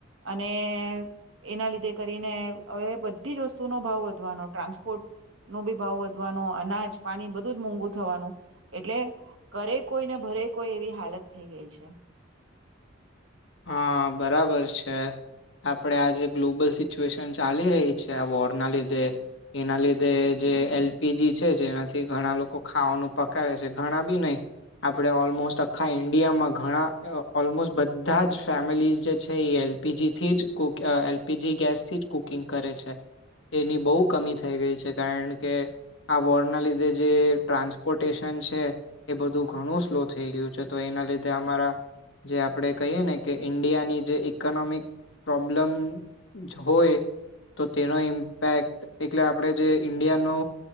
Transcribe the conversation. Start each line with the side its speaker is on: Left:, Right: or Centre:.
Right: અને એના લીધે કરીને હવે બધી જ વસ્તુનો ભાવ વધવાનો ટ્રાન્સપોર્ટ નો બી ભાવ વધ વા નો અનાજ પાણી બધું જ મોંઘું થવાનું એટલે કરે કોઈ ને ભરે કોઈ એવી હાલત થઈ ગઈ છે.
Left: હા બરાબર છે. આપડે આજે ગ્લોબલ સિચ્યુએશન ચાલી રહી છે વોર ના લીધે. એના લીધે જે એલ પી જી છે જેનાથી ઘણા લોકો ખાવાનું પકાવે છે ઘણા બી નય આપડે ઓલમોસ્ટ આખા ઈન્ડિયામાં ઘણા ઓલમોસ્ટ બ ધા જ ફેમિલીઝ જે છે એ એલ પી જી થી જ કુક અ એલ પી જી ગેસથી જ કૂકિંગ કરે છે એની બોવ કમી થઈ ગઈ છે કારણ કે આ વોરના લીધે જે ટ્રાન્સપોર્ટેશન છે એ બધું ઘણું સ્લો થઈ ગયું છે. તો એના લીધે અમારા જે આપ આપડે કહીએ ને કે ઈન્ડિયાની જે ઇકોનોમિક પ્રોબ્લમ જ હોય તો તેનો ઇમ્પેક્ટ એટલે આપણે જે ઈન્ડિયાનો